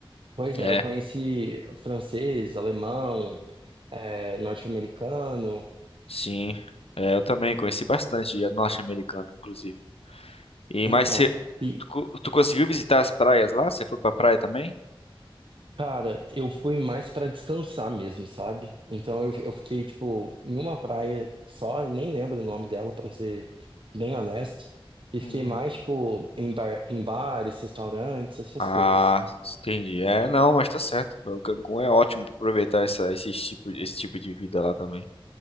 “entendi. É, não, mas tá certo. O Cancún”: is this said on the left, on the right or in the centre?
Left